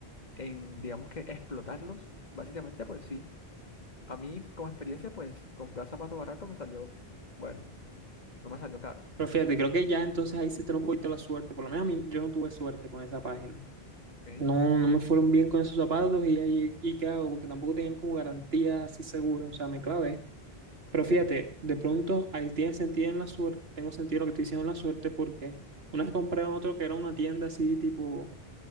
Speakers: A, on the left; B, on the right.
A: en, digamos que explotarlos, básicamente pues sí. A mí, como experiencia, pues comprar zapato barato me salió, bueno, no me salió caro,
B: Pero fíjate, creo que ya entonces ahí se está un poquito la suerte. Por lo menos a mí, yo no tuve suerte con esa página.
A: ¿ok?
B: No, no me fueron bien con esos zapatos y ahí, ¿y qué hago? Porque tampoco tenían como garantía así segura. O sea, me clavé. Pero fíjate,
A: Sí,
B: de pronto ahí tiene sentido en la suerte. Tengo sentido lo que estoy diciendo en la suerte porque una vez compré en otro que era una tienda así tipo,